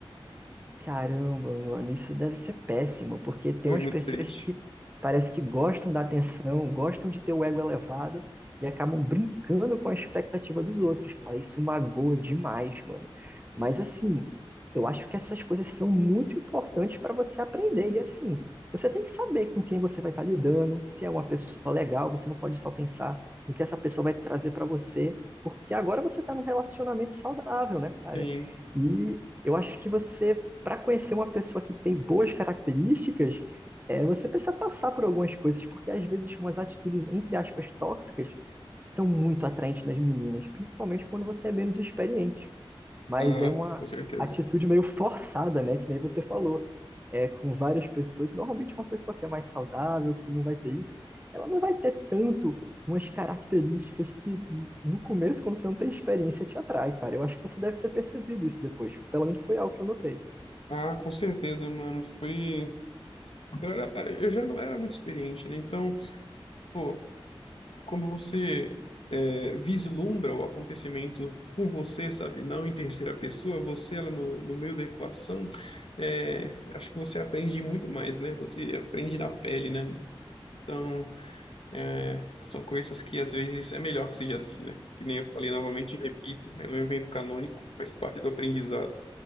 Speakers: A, on the right (about 20°); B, on the left (about 80°).
A: Caramba, mano, isso deve ser péssimo, porque tem
B: Foi
A: umas
B: muito
A: pessoas
B: triste.
A: que parece que gostam da atenção, gostam de ter o ego elevado e acabam brincando com a expectativa dos outros, cara. Isso magoa demais, mano. Mas assim, eu acho que essas coisas são muito importantes para você aprender. E assim, você tem que saber com quem você vai estar lidando, se é uma pessoa legal, você não pode só pensar no que essa pessoa vai trazer para você, porque agora você está num relacionamento saudável, né, cara?
B: Sim,
A: E eu acho que você para conhecer uma pessoa que tem boas características, é, você precisa passar por algumas coisas, porque às vezes umas atitudes, entre aspas, tóxicas são muito atraentes nas meninas, principalmente quando você é menos experiente. Mas
B: ah,
A: é uma
B: com certeza.
A: atitude meio forçada, né? Que nem você falou. É, com várias pessoas, normalmente uma pessoa que é mais saudável, que não vai ter isso, ela não vai ter tanto umas características que no começo, quando você não tem experiência, te atrai, cara. Eu acho que você deve ter percebido isso depois. Pelo menos foi algo que eu notei.
B: Ah, com certeza, mano. Foi. Eu, era- eu já não era muito experiente, né? Então, pô, quando você é, vislumbra o acontecimento com você, sabe? Não em terceira pessoa, você ela no, no meio da equação, é, acho que você aprende muito mais, né? Você aprende na pele, né? mano? Então, é, são coisas que às vezes é melhor que seja assim, né? Que nem eu falei novamente e repito, é um evento canônico, faz parte do aprendizado.